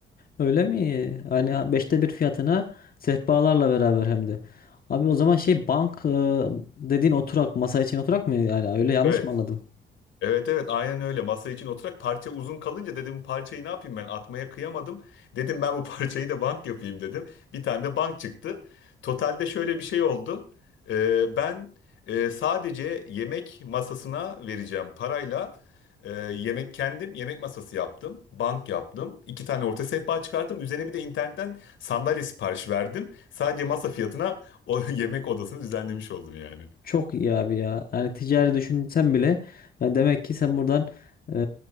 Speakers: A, on the left; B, on the left.
A: Öyle mi? Hani beşte bir fiyatına sehpalarla beraber hem de. Abi o zaman şey bank e, dediğin oturak masa için oturak mı yani öyle yanlış
B: Evet.
A: mı anladım?
B: Evet evet aynen öyle masa için oturarak parça uzun kalınca dedim bu parçayı ne yapayım ben atmaya kıyamadım. Dedim ben bu <laughs> parçayı da bank yapayım dedim. Bir tane de bank çıktı. Totalde şöyle bir şey oldu. Ee, ben e, sadece yemek masasına vereceğim parayla e, yemek kendim yemek masası yaptım. Bank yaptım. İki tane orta sehpa çıkarttım. Üzerine bir de internetten sandalye sipariş verdim. Sadece masa fiyatına o <laughs> yemek odasını düzenlemiş oldum yani.
A: Çok iyi abi ya. Yani ticari düşünsen bile yani demek ki sen buradan e,